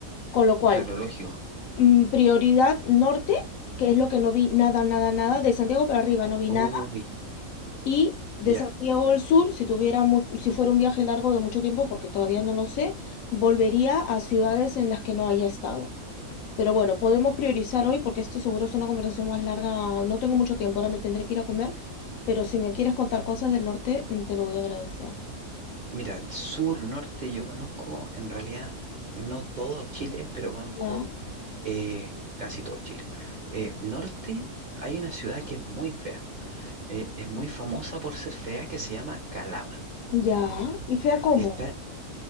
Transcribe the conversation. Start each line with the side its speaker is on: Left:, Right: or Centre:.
Left: Con lo cual,
Right: Claro, lógico.
Left: mm, prioridad norte, que es lo que no vi nada, nada, nada. De Santiago para arriba no vi
Right: Uy,
Left: nada y de
Right: ya.
Left: Santiago del Sur, si tuviera mu- si fuera un viaje largo de mucho tiempo, porque todavía no lo sé, volvería a ciudades en las que no haya estado. Pero bueno, podemos priorizar hoy porque esto seguro es una conversación más larga. No tengo mucho tiempo, ahora me tendré que ir a comer. Pero si me quieres contar cosas del norte, mm, te lo voy a agradecer.
Right: Mira, sur, norte, yo conozco en realidad no todo Chile, pero conozco
Left: Ya,
Right: eh, casi todo Chile. Eh, norte, hay una ciudad que es muy fea. eh, es muy famosa por ser fea, que se llama Calama.
Left: ya. ¿Y fea cómo?
Right: Está,